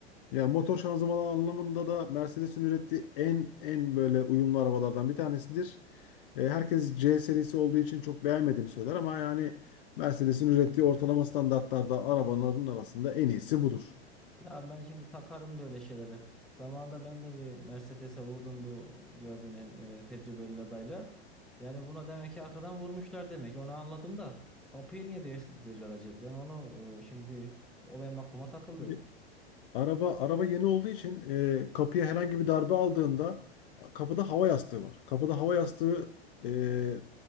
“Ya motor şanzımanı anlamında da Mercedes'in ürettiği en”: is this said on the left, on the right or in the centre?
Left